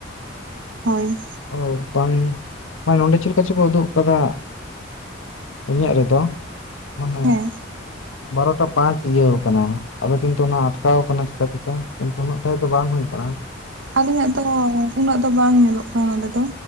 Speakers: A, on the right; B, on the left.
A: ᱦᱳᱭ᱾
B: ᱚ ᱵᱟᱝ ᱢᱟᱱᱮ ᱱᱚᱸᱰᱮ ᱪᱮᱫ ᱞᱮᱠᱟ ᱪᱚᱠᱚ ᱩᱫᱩᱜ ᱠᱟᱫᱟ᱾ ᱤᱧᱟᱹᱜ ᱨᱮᱫᱚ ᱢᱟᱱᱮ
A: ᱦᱮᱸ
B: ᱵᱟᱨᱚᱴᱟ ᱯᱟᱸᱪ ᱤᱭᱟᱹᱣ ᱠᱟᱱᱟ ᱟᱵᱮᱱ ᱠᱤᱱᱛᱩ ᱚᱱᱟ ᱟᱴᱠᱟᱣ ᱠᱟᱱᱟ ᱪᱤᱠᱟᱹ ᱛᱮᱪᱚᱝ ᱠᱤᱱᱛᱩ ᱩᱱᱟᱹᱜ ᱴᱟᱭ ᱫᱚ ᱵᱟᱝ ᱦᱳᱭ ᱠᱟᱱᱟ᱾
A: ᱟᱹᱞᱤᱧᱟᱜ ᱫᱚ ᱩᱱᱟᱹᱜ ᱫᱚ ᱵᱟᱝ ᱧᱮᱞᱚᱜ ᱠᱟᱱᱟ, ᱱᱚᱰᱮ ᱫᱚ